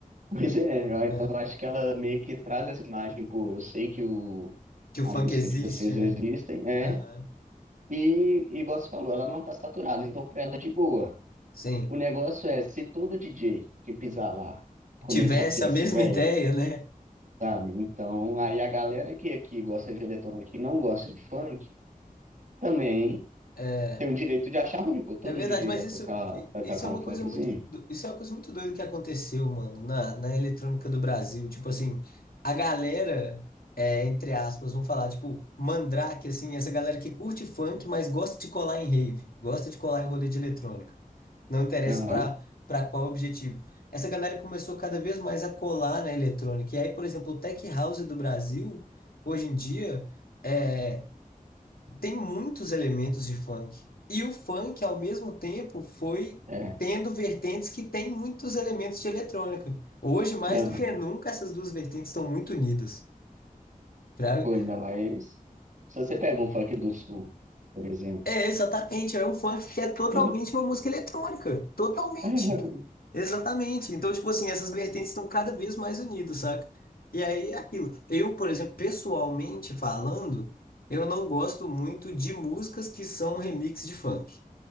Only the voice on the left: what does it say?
né,
Que o
funk
existe,
né?
Aham.
Sim.
tivesse
a
mesma
ideia, né?
É,
é verdade,
mas
isso,
i-
isso
é uma
coisa muito, do- isso é uma coisa muito doida que aconteceu, mano, na, na eletrônica do Brasil. Tipo assim, a galera, é, entre aspas, vamos falar, tipo, Mandrake, assim, essa galera que curte funk, mas gosta de colar em rave, gosta de colar em rolê de eletrônica. Não interessa
pra, pra qual objetivo. Essa galera começou cada vez mais a colar na eletrônica. E aí, por exemplo, o Tech House do Brasil, hoje em dia. é tem muitos elementos de funk. E o funk, ao mesmo tempo, foi
tendo vertentes que têm muitos elementos de eletrônica. Hoje, mais
do que nunca, essas duas vertentes estão muito unidas. fraga?
É, exatamente. É um funk que é totalmente
uma música eletrônica. Totalmente.
Exatamente. Então, tipo assim, essas vertentes estão cada vez mais unidas, saca? E aí é aquilo. Eu, por exemplo, pessoalmente falando, eu não gosto muito de músicas que são remix de funk.